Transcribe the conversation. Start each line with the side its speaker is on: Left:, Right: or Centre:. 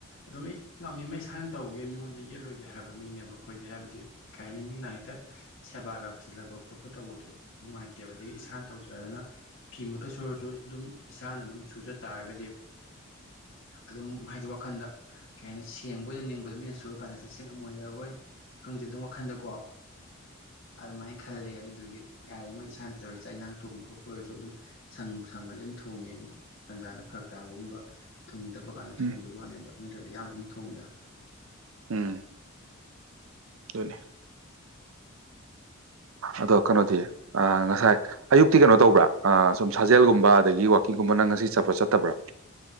Left: ꯑꯗꯨꯝ ꯑꯩ ꯉꯝꯃꯤꯃꯩ ꯏꯁꯥꯅ ꯇꯧꯒꯦ ꯃꯤꯉꯣꯟꯗ ꯌꯦꯠꯂꯣꯏꯒꯦ ꯍꯥꯏꯕ ꯃꯤꯅꯦꯕ ꯑꯩꯈꯣꯏꯗꯤ ꯍꯥꯏꯕꯗꯤ ꯈꯥꯏꯅꯤꯃꯤ ꯅꯥꯏ ꯇꯠ ꯁꯦꯕꯥꯒ ꯐꯖꯤꯜꯂꯛꯄ ꯈꯣꯠꯄ ꯇꯧꯕꯗꯨ ꯅꯨꯡꯉꯥꯏꯇꯦꯕ ꯑꯗꯒꯤ ꯏꯁꯥꯅ ꯇꯧꯖꯔꯒꯅ ꯐꯤꯃꯛꯇ ꯁꯣꯏꯨꯔꯁꯨ ꯑꯗꯨꯝ ꯏꯁꯥꯅ ꯑꯗꯨꯝ ꯁꯨꯖ ꯇꯥꯔꯒꯗꯤ ꯑꯗꯨꯝ ꯍꯥꯏꯗꯤ ꯋꯥꯈꯜꯗ ꯀꯩ ꯍꯥꯏꯅꯤ ꯁꯦꯡꯕꯣꯏꯗ ꯅꯤꯡꯕꯗ ꯃꯤꯅ ꯁꯨꯔꯀꯥꯟꯗ ꯁꯦꯡꯉꯝ ꯃꯣꯏꯗꯕꯣꯏ ꯈꯪꯗꯦ ꯑꯗꯨꯝ ꯋꯥꯈꯜꯗꯀꯣ ꯑꯗꯨꯃꯥꯏꯅ ꯈꯜꯂꯦ ꯑꯗꯨꯗꯨꯒꯤ ꯌꯥꯔꯤꯃꯩ ꯏꯁꯥꯅ ꯇꯧꯔꯤꯒ ꯆꯥꯛ ꯏꯟꯖꯥꯡ ꯊꯣꯡꯕ ꯈꯣꯠꯄ ꯑꯣꯏꯔꯁꯨ ꯑꯗꯨꯝ ꯁꯪꯕꯨ ꯁꯪꯉꯗꯤ ꯑꯗꯨꯝ ꯊꯣꯡꯉꯦ ꯇꯟꯖꯥꯅ ꯐꯔꯛ ꯇꯥꯕꯒꯨꯝꯕ ꯊꯣꯡꯅꯤꯡꯇꯕ ꯀꯥꯟꯗ ꯊꯣꯡꯗꯕ
Right: ꯎꯝ
Left: ꯋꯥꯅꯦꯕ ꯅꯠꯇ꯭ꯔꯗꯤ ꯑꯌꯥꯝꯕ ꯑꯗꯨꯝ ꯊꯣꯡꯉꯦꯗ
Right: ꯎꯝ ꯑꯗꯨꯅꯤ ꯑꯗꯣ ꯀꯅꯣꯗꯤ ꯑꯥ ꯉꯁꯥꯏ ꯑꯌꯨꯛꯇꯤ ꯀꯩꯅꯣ ꯇꯧꯕ꯭ꯔꯥ ꯑꯥ ꯁꯨꯝ ꯁꯥꯖꯦꯜꯒꯨꯝꯕ ꯑꯗꯒꯤ ꯋꯥꯛꯀꯤꯡꯒꯨꯝꯕ ꯅꯪ ꯉꯁꯤ ꯆꯠꯄ꯭ꯔꯥ ꯆꯠꯇꯕ꯭ꯔꯥ